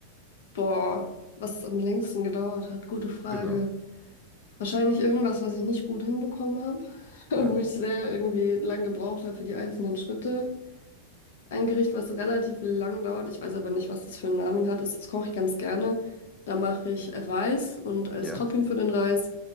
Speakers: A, on the left; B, in the centre.
A: Boah, was es am längsten gedauert hat, gute Frage.
B: Genau.
A: Wahrscheinlich irgendwas, was ich nicht gut hinbekommen habe, <laughs>
B: Ja,
A: wo ich sehr irgendwie lang gebraucht habe für die einzelnen Schritte. Ein Gericht, was relativ lang dauert, ich weiß aber nicht, was das für einen Namen hat, das, das koche ich ganz gerne. Da mache ich Reis und als
B: ja,
A: Topping für den Reis